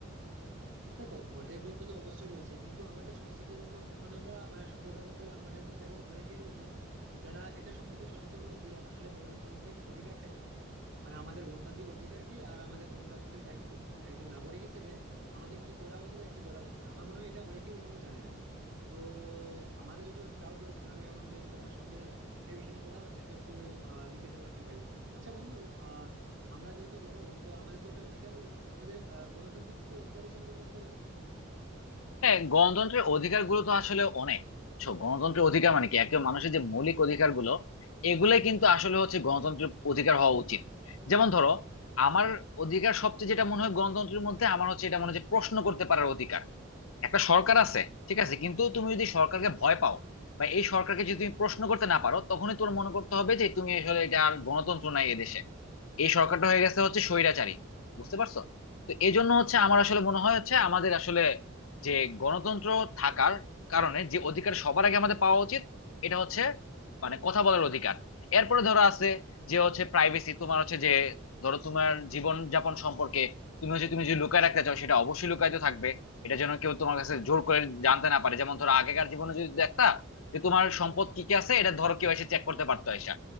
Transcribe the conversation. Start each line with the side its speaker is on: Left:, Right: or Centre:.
Right: দেখো ভোটের গুরুত্ব তো অবশ্যই রয়েছে কিন্তু আমার একটা সমস্যা কি বলতো এখন আমরা মানে সত্যি কথা বলতে গেলে আমাদের মধ্যে এখন অনেকেই রয়েছে যারা এটা সম্বন্ধে সচেতন নয় যে আসলে গণতান্ত্রিক অধিকারটা কি মানে আমাদের গণতান্ত্রিক অধিকার কি আর আমাদের গণতান্ত্রিক দায়িত্ব কি মানে একজন নাগরিক হিসেবে আমাদের কি করা উচিত আর কি করা উচিত না আমার মনে হয় এটা অনেকেই এখনো জানে না তো আমারও যদিও একটু ডাউট রয়েছে তো আমি ভাবলাম যেহেতু তোমার সঙ্গে এই বিষয় নিয়ে কথা হচ্ছে তো একটু আহ জিজ্ঞাসা করে নিতে পারি আচ্ছা বন্ধু আহ আমরা যেহেতু জনগণ তো আমাদের তো একটা অধিকার রয়েছে তো আমাদের আহ গণতান্ত্রিক কি অধিকার রয়েছে আমাকে একটু জানাতে পারবে
Left: হ্যাঁ গণতন্ত্রের অধিকার গুলো তো আসলে অনেক বুঝছো? গণতন্ত্রের অধিকার মানে কি একজন মানুষের যে মৌলিক অধিকার গুলো এগুলাই কিন্তু আসলে হচ্ছে গণতন্ত্রের অধিকার হওয়া উচিত যেমন ধরো আমার অধিকার সবচেয়ে যেটা মনে হয় গণতন্ত্রের মধ্যে আমার হচ্ছে এটা মনে হয় যে প্রশ্ন করতে পারার অধিকার একটা সরকার আছে ঠিক আছে কিন্তু তুমি যদি সরকারকে ভয় পাও বা এই সরকারকে যদি তুমি প্রশ্ন করতে না পারো তখনই তোমার মনে করতে হবে যে তুমি আসলে এটা আর গণতন্ত্র নাই এদেশে এই সরকারটা হয়ে গেছে হচ্ছে স্বৈরাচারী বুঝতে পারছো তো এই জন্য হচ্ছে আমার আসলে মনে হয় হচ্ছে আমাদের আসলে যে গণতন্ত্র থাকার কারণে যে অধিকার সবার আগে আমাদের পাওয়া উচিত এটা হচ্ছে মানে কথা বলার অধিকার এরপরে ধরো আছে যে হচ্ছে প্রাইভেসি তোমার হচ্ছে যে ধরো তোমার জীবন যাপন সম্পর্কে তুমি হচ্ছে তুমি যদি লুকায় রাখতে চাও সেটা অবশ্যই লুকায়িত থাকবে এটা যেন কেউ তোমার কাছে জোর করে জানতে না পারে যেমন ধরো আগেকার জীবনে যদি দেখতা যে তোমার সম্পদ কি কি আছে এটা ধরো কেউ এসে চেক করতে পারতো এসে